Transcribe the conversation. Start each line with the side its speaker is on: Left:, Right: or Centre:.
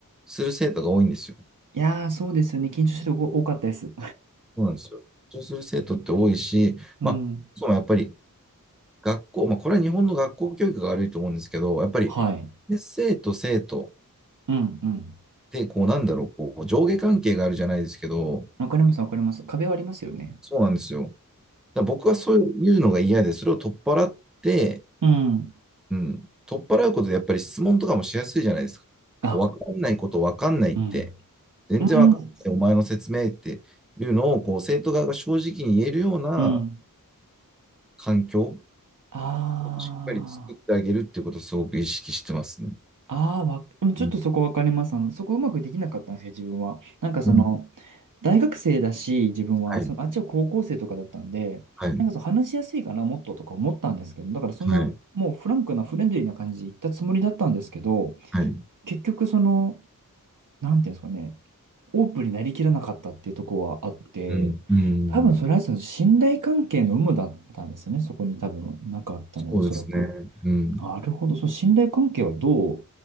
Centre: する生徒が多いんですよ。
Right: いやー、そうですよね。緊張してる子多かったです。
Centre: そうなんですよ。緊張する生徒って多いし、
Right: <laughs> うん。
Centre: まあ、そうやっぱり学校、まあ、これは日本の学校教育が悪いと思うんですけど、やっぱり、
Right: はい。
Centre: ね生徒生徒っ
Right: うんうん。
Centre: て、こう、なんだろう、こう、上下関係があるじゃないですけど、
Right: わかりますわかります。壁はありますよね。
Centre: そうなんですよ。だから僕はそういうのが嫌で、それを取っ払って、
Right: うん。
Centre: うん、取っ払うことで、やっぱり質問とかもしやすいじゃないですか。
Right: あ、
Centre: こう、かんないこと分かんないって、
Right: うん。
Centre: 全然わかんない、
Right: うん。
Centre: お前の説明っていうのを、こう、生徒側が正直に言えるような
Right: うん。
Centre: 環境を
Right: あ
Centre: しっかり作ってあげるっていうことをすごく意識してますね。
Right: あ、ああ、わ、でもちょっとそこわかります。
Centre: うん、
Right: あの、そこうまくできなかったんですよ、自分は。なんかその、
Centre: うん
Right: 大学生だし、自分は、
Centre: はい、
Right: その、あっちは高校生とかだったんで、
Centre: はい。
Right: なんかそう話しやすいかな、もっととか思ったんですけど、だからそんな、
Centre: はい。
Right: もうフランクなフレンドリーな感じで言ったつもりだったんですけど、
Centre: はい。
Right: 結局その、なんていうんですかね、オープンになりきらなかったっていうとこはあって、
Centre: うん、うん、
Right: 多分それはその信頼関係の有無だったんですよね、そこに多分なかったのおそらく。
Centre: そうですね。うん。
Right: なるほど。その信頼関係はどう